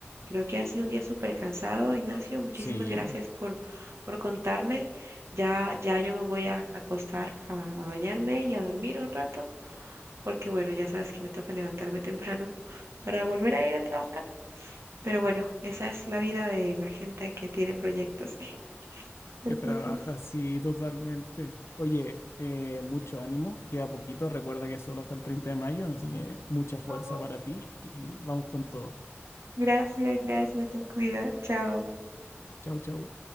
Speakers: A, on the right; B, on the left.
A: creo que ha sido un día súper cansado, Ignacio. Muchísimas
B: Sí,
A: gracias por, por contarme. Ya, ya yo me voy a acostar, a, a bañarme y a dormir un rato, porque bueno, ya sabes que me toca levantarme temprano <laughs> para volver a ir a trabajar. Pero bueno, esa es la vida de la gente que tiene proyectos. <laughs>
B: que
A: Entonces,
B: trabaja, sí, totalmente. Oye, eh, mucho ánimo, queda poquito, recuerda que es solo hasta el 30 de mayo, así que mucha fuerza
A: oh,
B: para ti y vamos con todo.
A: gracias, gracias, te cuidas, chao.
B: Chau, chau.